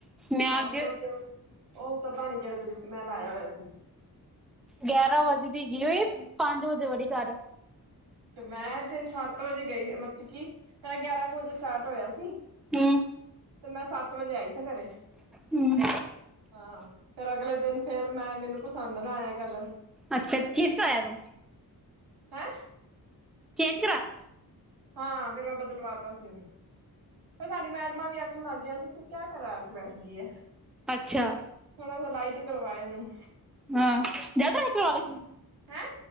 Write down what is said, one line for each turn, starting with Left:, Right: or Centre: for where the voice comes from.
Centre: ਮੈਂ
Right: ਹਾਂ,
Centre: ਅੱਗੇ
Right: ਫੇਰ ਓਹ ਜੋ ਓਹ ਉਤਰਦਾ ਨੀ ਜੇੜਾ ਤ ਮੈਂ ਲਾਇਆ ਹੋਇਆ ਸੀ।
Centre: ਗਿਆਰਾਂ ਵਜੇ ਦੀ ਗਈ ਹੋਈ ਪੰਜ ਵਜੇ ਵੜੀ ਘਰ।
Right: ਮੈਂ ਤੇ ਸੱਤ ਵਜੇ ਗਈ ਮਤਲਬ ਕੀ ਤੇਰਾ ਗਿਆਰਾਂ ਕੁ ਵਜੇ ਸਟਾਰਟ ਹੋਇਆ ਸੀ।
Centre: ਹੂੰ।
Right: ਤੇ ਮੈਂ ਸੱਤ ਵਜੇ ਆਈ ਸਾਂ ਘਰੇ।
Centre: ਹੂੰ।
Right: ਹਾਂ, ਫਿਰ ਅਗਲੇ ਦਿਨ ਫੇਰ ਮੈਂ ਮੈਨੂੰ ਪਸੰਦ ਨਾ ਆਇਆ ਕਲਰ।
Centre: ਅੱਛਾ ਚੇਜ ਕਰਾਇਆ ਤੂੰ।
Right: ਹੈਂ।
Centre: ਚੇਂਜ ਕਰਾਇਆ
Right: ਹਾਂ, ਫੇਰ ਮੈਂ ਬਦਲਵਾਤਾ ਸੀ ਓਹਨੂੰ। ਫਿਰ ਸਾਡੀਆਂ ਮੈਡਮਾ ਵੀ ਆਖਣ ਲੱਗ ਗਇਆ। ਆਂਦੀ ਤੂੰ ਕਿਆ ਕਰਵਾ ਕੇ ਬੈਠ ਗੀ ਐ।
Centre: ਅੱਛਾ।
Right: ਥੋੜਾ ਸਾ ਲਾਈਟ ਕਰਵਾ ਏਨੂੰ।
Centre: ਹਾਂ। ਜੈਦਾ ਡਾਰਕ ਕਰਾ ਲੇਸੀ?
Right: ਹੈਂ